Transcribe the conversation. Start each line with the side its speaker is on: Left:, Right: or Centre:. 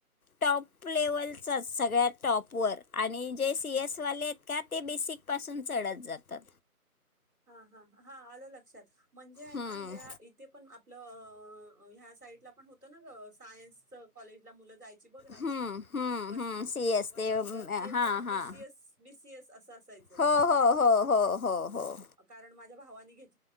Left: टॉप लेवलचाच, सगळ्यात टॉप. पुअर, आणि जे सी एस वाले आहेत का ते बेसिक पासून चढत जातात.
Right: हा हा, हा, आलं लक्षात, म्हणजे
Left: हम्म.
Right: ना, ह इथे पण आपलं, ह्या साईडलाऽ पण होत ना ग, सायन्स कॉलेजला मुलं जायची बघ ना,
Left: हम्म हम्म
Right: बसनी.
Left: हम्म सी एस ते
Right: अ
Left: अम,
Right: तर ते
Left: हां
Right: पण
Left: हां.
Right: बीसीएस बीसीएस असं असायचं
Left: हो हो हो हो हो हो.
Right: कारण माझ्या भावाने घेत